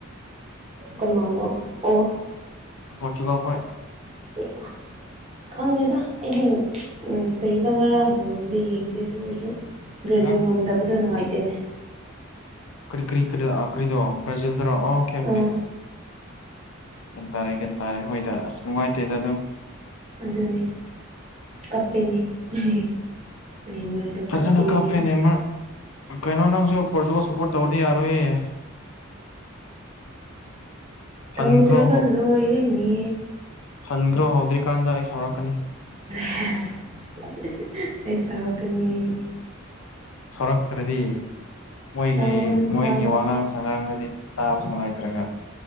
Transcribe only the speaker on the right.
ꯀꯅꯥꯅꯣ ꯑꯣ
<unintelligible> ꯈꯪꯗꯦꯗ ꯑꯩꯗꯤ ꯎꯝ ꯀꯔꯤꯕ ꯉꯔꯥꯡ ꯕꯣꯜꯕꯨꯗꯤ ꯌꯦꯡꯗꯦ ꯑꯗꯨ ꯑꯣꯏꯖꯨ
ꯕ꯭ꯔꯥꯖꯤꯜ ꯉꯝꯗꯕꯗꯣ ꯅꯨꯡꯉꯥꯏꯇꯦꯅꯦ
ꯑꯥ
ꯑꯗꯨꯅꯤ ꯀꯞꯄꯤꯅꯤ <unintelligible> ꯅꯦꯃꯥꯔꯗꯣ
ꯀꯞꯄꯦꯌꯦ
ꯇꯧꯗ꯭ꯔꯒ
ꯂꯣꯏꯔꯦꯅꯦ
<unintelligible> ꯑꯩ ꯁꯥꯎꯔꯛꯀꯅꯤ ꯍꯩꯅꯦ
ꯁꯥꯎꯒꯅꯨ
ꯁꯥꯎꯒꯅꯨ